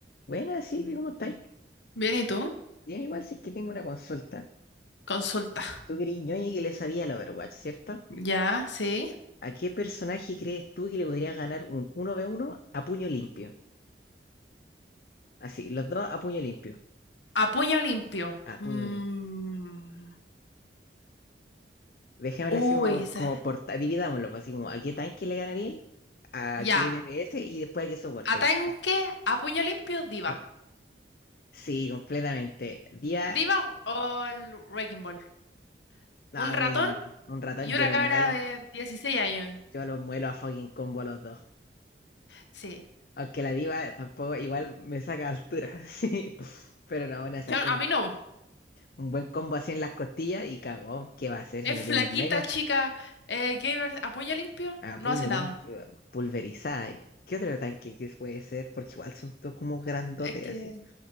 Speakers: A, on the left; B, on the left.
A: Buenas, Silvi, ¿cómo estáis?
B: Bien, ¿y tú?
A: Bien, igual si es que tengo una consulta.
B: Consulta.
A: Tú que eres ñoñi que le sabía al Overwatch, ¿cierto?
B: Ya, sí.
A: ¿A qué personaje crees tú que le podría ganar un uno v uno a puño limpio? Así, los dos a puño limpio.
B: A puño limpio.
A: A
B: Mm.
A: puño limpio. Dejémoslo
B: Uy,
A: así como,
B: se-
A: como por... Dividámoslo, pues, así como ¿a qué tanque le ganaría? ¿A
B: ya.
A: qué DPS? Y después a qué soporte.
B: Atanque a puño limpio, diva.
A: Ah, sí, completamente. Día...
B: Diva o el Wrecking Ball.
A: No,
B: Un ratón
A: Breaking Ball. Un ratón,
B: y una
A: yo los
B: cabra
A: muelo.
B: de 16 años.
A: Yo los muelo a fucking combo los dos.
B: Sí.
A: Aunque la diva tampoco, igual me saca altura, <laughs> sí. Pero no, una
B: Yo,
A: sac- un,
B: a mí no.
A: un buen combo así en las costillas y cagó. ¿Qué va a hacer
B: Es
A: si no
B: flaquita,
A: tiene el mega?
B: chica, eh, gamer, a puño limpio,
A: A
B: no
A: puño
B: hace
A: limpio,
B: nada.
A: pulverizada. ¿Qué otro tanque que puede ser? Porque igual son todos como grandotes
B: Es que,
A: así.